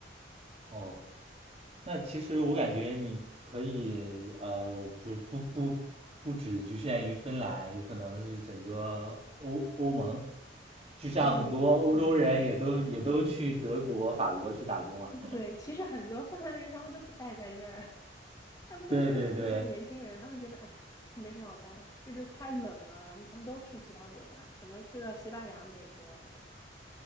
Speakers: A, on the right; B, on the left.
A: 哦，那其实我感觉你可以呃，就是不不不只局限于芬兰，有可能是整个欧欧盟，就像很多欧洲人也都也都去德国、
B: 嗯嗯嗯，
A: 法国去打工啊。
B: 对，其实很多芬兰人他们都不待在这儿，<laughs> 他们都觉得，
A: 对对对，
B: 尤其是年轻人，他们觉得，哎呀，没什么好待，这就太冷了，然后他们都去其他国家，很多去了西班牙、美国什么的。